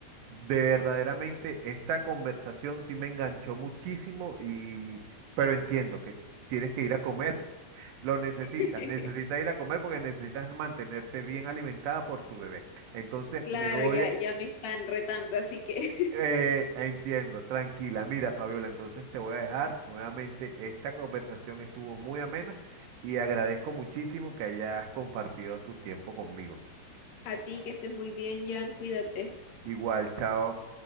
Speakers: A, on the right; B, on the left.
A: De verdaderamente esta conversación sí me enganchó muchísimo y pero entiendo que tienes que ir a comer. <laughs> Lo necesitas,
B: <laughs>
A: necesitas ir a comer porque necesitas mantenerte bien alimentada por tu bebé. Entonces
B: claro,
A: me voy
B: ya,
A: a...
B: ya me están retando, así que
A: eh, entiendo, tranquila. Mira, Fabiola, entonces te voy a dejar nuevamente. Esta conversación estuvo muy amena y agradezco muchísimo que hayas compartido tu tiempo conmigo.
B: <laughs> a ti que estés muy bien, Jan, cuídate.
A: Igual, chao.